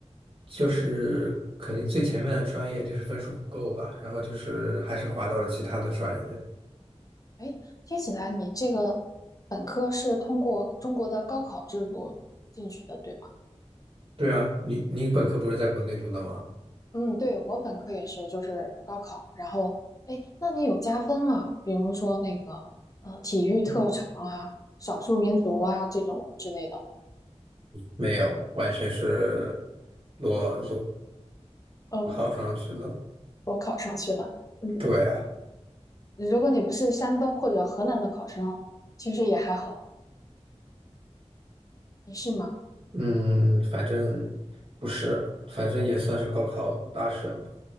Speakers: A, on the right; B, on the left.
A: 就是肯定最前面的专业就是分数不够吧，然后就是还是滑到了其他的专业。
B: 哎，听起来你这个本科是通过中国的高考制度进去的，对吗？
A: 对啊，你你本科不是在国内读的吗？
B: 嗯，对，我本科也是，就是高考，然后哎，那你有加分吗？比如说那个呃体育特长啊、
A: 嗯
B: 少数民族啊这种之类的。
A: 没有，完全是裸裸
B: 嗯，
A: 考上去了。
B: 我考上去的。嗯，
A: 对啊，
B: 如果你不是山东或者河南的考生，其实也还好。你是吗？
A: 嗯，反正不是，反正也算是高考大省吧。